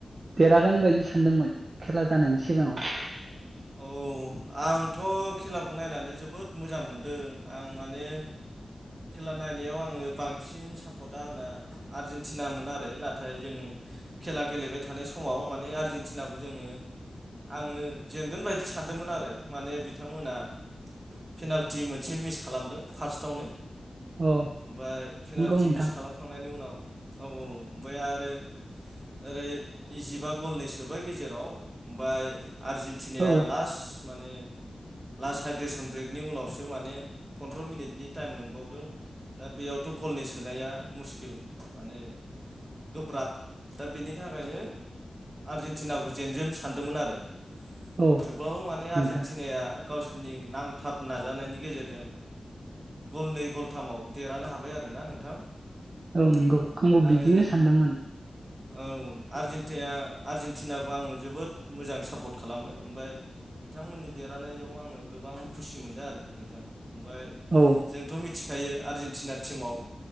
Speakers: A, on the right; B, on the right.
A: देरहागोन बायदि सानदोंमोन खेला जानायनि सिगाङाव।
B: औ आंथ' खेलाखौ नायनानै जोबोद मोजां मोनदों आं माने। खेला नायनायाव आङो बांसिन सापर्टआ आंना आर्जेेनटिनामोन आरो नाथाय जों खेला गेलेबाय थानाय समाव माने आर्जेेनटिनाखौ जोङो आङो जेनगोन बायदि सानदोंमोन आरो माने बिथांमोना पेनाल्टि मोनसे मिस खालामदों फार्स्टावनो
A: औ
B: ओमफाय पेनाल्टि
A: नंगौ नोंथां
B: मिस खालामखांनायनि उनाव औ औ ओमफ्राय आरो ओरै इजिबा गलनि सोबाय गेजेराव ओमफ्राय आर्जेेनटिनाया
A: औ
B: लास्ट माने लास्ट हाइद्रेसन ब्रेकनि उनावसो माने पन्द्र' मिनिटनि टाइम मोनबाव दों बेयावथ' गलनि सोनाया मुस्किल माने गोब्राब दा बेनि थाखायनो आर्जेनटिनाखौ जेनगोन सानदोंमोन आरो
A: औ
B: थेवब्लाबो माने
A: नोंथां
B: आर्जेेनटिनाया गावसोरनि नांथाब नाजानायनि गेजेरजों गलनै गल थामाव देरहानो हाबाय आरो ना नोंथां।
A: औ नंगौ
B: उम
A: आंबो
B: आङो
A: बिदिनो सानदोंमोन।
B: औ आरजेनटेया आर्जेनटिनाखौ आङो जोबोद मोजां सापर्ट खालामो ओमफाय बिथांमोननि देरहानायाव आङो गोबां खुसि मोनदों आरो नोंथां ओमफ्राय
A: औ
B: जोंथ' मिथिखायो आर्जेेनटिना टिमाव